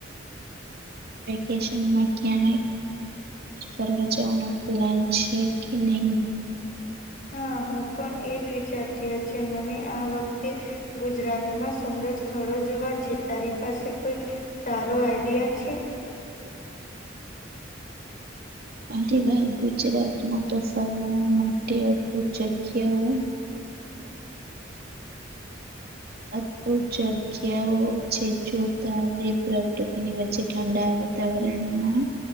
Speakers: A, on the right; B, on the left.
A: વેકેેશનમાં ક્યાં ફરવા જવાનો પ્લાન છે કે નહી?
B: હા હું પણ એજ વિચારતી છે મને આ વખતે ગુજરાતમાં સુંદર સ્થળો જોવા છે તારી પાસે કોઈ સારો આઈડિયા છે.
A: હ વાત ગુજરાતમાં તો ફરવા માટે જગ્યાઓ. અદભુત જગ્યાઓ છે જોતા પ્રકૃતિની વચ્ચે ઠંડ તવરણમાં.